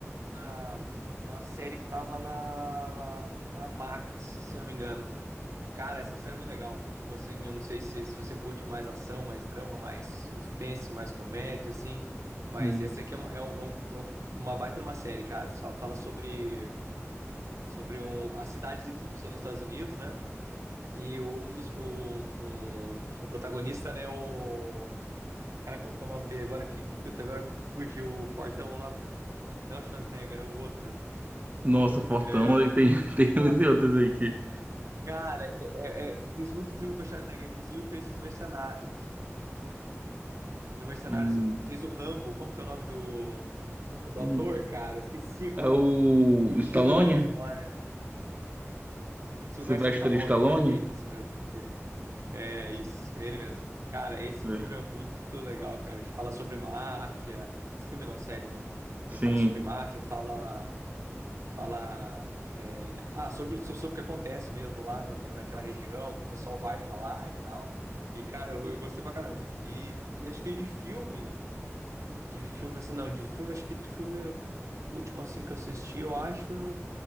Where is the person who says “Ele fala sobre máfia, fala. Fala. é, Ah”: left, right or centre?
Right